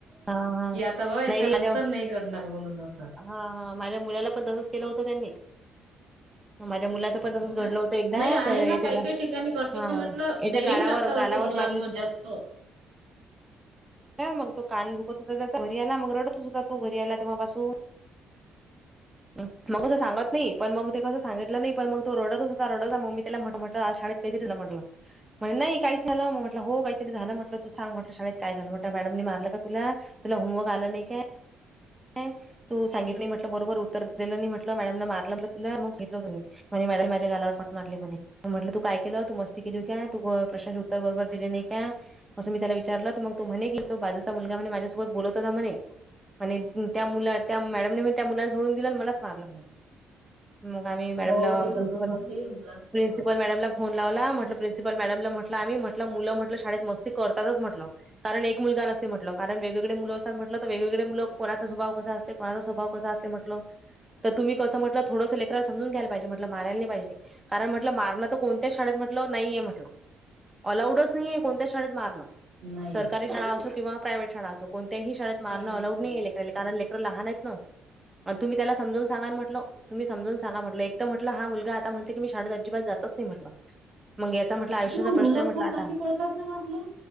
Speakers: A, on the right; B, on the right.
A: हा हा
B: कि आता बा याच्या
A: नाही
B: नंतर
A: हा
B: नाही करणार म्हणून असं
A: हा माझ्या मुलाला पण तसंच केलं होतं त्यांनी म माझ्या मुलाचं पण तसंच
B: हो ना
A: घडलं होतं एकदा
B: नाही आहे
A: तर याच्या
B: ना काही
A: गा
B: काही ठिकाणी करतात
A: हां.
B: ना म्हटलं
A: याच्या
B: डेरिंग
A: गालावर
B: टाकतात
A: गालावर
B: असं मुलांवर
A: मारली होती.
B: जास्त त <unintelligible>
A: मग तो कान दुखत होता त्याचा घरी आला मग रडतच होता तो घरी आला तेव्हा पासून तो असं सांगत नाही पण मग ते कसं सांगितलं नाही पण मग तो रडतच होता रडतच होता मग मी त्याला म्हटलं आज शाळेत काय झालं तुझ्या म्हटलं म्हणे नाही काहीच नाही झालं म म्हटलं हो काहीतरी झालं म्हटलं तू सांग म्हटलं शाळेत काय झालं म्हटलं मॅडमनी मारलं का तुला तुला होमवर्क आला नाही <inaudible> काय तू सांगितलं नाही म्हटलं बरोबर उत्तर दिलं नाही म्हटलं मॅडम न मारलं म्हटलं तुला मग सांगितलं त्यांनी म्हणे मॅडमनी माझ्या गालावर फाट मारली म्हणे म म्हटलं तू काय केलं तू मस्ती केली काय तू प्रश्नाचे उत्तर बरोबर दिले नाही काय असं मी त्याला विचारलं तर मग तो म्हणे की तो बाजूचा मुलगा म्हणे माझ्यासोबत बोलत होता म्हणे आणि त्या मुला त्या मॅडमने म्हणे त्या मुलाला सोडून दिलं अन मलाच मारलं म्हणे मग आम्ही मॅडमला
B: हो ते
A: प्रिन्सिपल.
B: तसच होते मुलांसोबत
A: प्रिन्सिपल मॅडमला फोन लावला म्हटलं. प्रिन्सिपल मॅडमला म्हटलं आम्ही म्हटलं मुलं म्हटलं शाळेत मस्ती करतातच म्हटलं. कारण एक मुलगा नसते म्हटलं कारण वेगवेगळे मुलं असतात म्हटलं
B: एक
A: तर वेगवेगळे
B: नसते तिथं
A: मुलं कोणाचा स्वभाव कसा असते कोणाचा स्वभाव- कसं असते म्हटलं तर तुम्ही कसं म्हटलं थोडंस लेकराला समजून घ्यायला पाहिजे म्हटलं मारायला नाही पाहिजे. कारण म्हटलं मारणं तर कोणत्याच शाळेत म्हटलं नाहीये म्हटलं. अलाउडच- नाहीये कोणत्या शाळेत मारणं.
B: नाही
A: सरकारी शाळा असो किंवा प्रायव्हेट शाळा असो कोणत्याही शाळेत- मारणं
B: प्रायव्हेट
A: अलाउड
B: शाळा
A: नाहीये
B: असतात
A: लेकराले.
B: त्या.
A: कारण लेकरं लहान आहेत ना आणि तुम्ही त्याला समजवून सांगा ना म्हटलं. तुम्ही समजवून सांगा म्हटलं एक तर म्हटलं हा मुलगा आता म्हणते की मी शाळेत अजिबातच जातंच नाही म्हटलं. मंग याचा म्हटलं आयुष्याचा
B: नाही, मग
A: प्रश्न
B: मुलं
A: आहे म्हटलं
B: खूप
A: आता.
B: पाशी पडतात ना म्हटलं